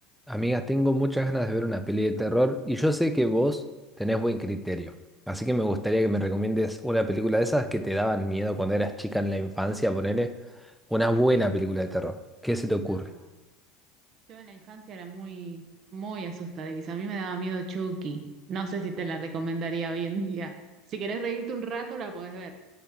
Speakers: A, in the centre; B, on the right.
A: Amiga, tengo muchas ganas de ver una peli de terror y yo sé que vos tenés buen criterio. Así que me gustaría que me recomiendes una película de esas que te daban miedo cuando eras chica en la infancia, ponele una buena película de terror. ¿Qué se te ocurre?
B: No, yo en la infancia era muy, muy asustadiza. A mí me daba miedo Chucky. No sé si te la recomendaría hoy en día. Si querés reírte un rato, la podés ver,